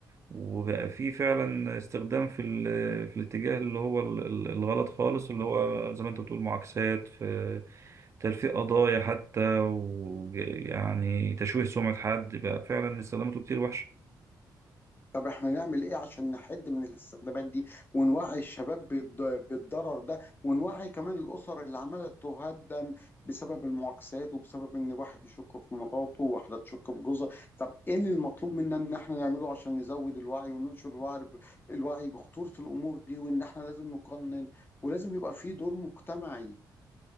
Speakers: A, on the right; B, on the left.
A: وبقى في فعلا استخدام في ال- في الاتجاه اللي هو ال- ال- الغلط خالص اللي هو زي ما انت بتقول معاكسات في تلفيق قضايا حتى ويعني تشويه سمعة حد بقى فعلا استخداماته كتير وحشة
B: طب احنا نعمل ايه عشان نحد من الاستخدامات دي ونوعي الشباب بالض- بالضرر ده ونوعي كمان الاسر اللي عماله تهدم بسبب المعاكسات وبسبب ان واحد يشك في مراته وواحده تشك في جوزها طب ايه اللي المطلوب منا ان احنا نعمله عشان نزود الوعي وننشر الوعي ب- الوعي بخطورة الامور دي وان احنا لازم نقنن ولازم يبقى في دور مجتمعي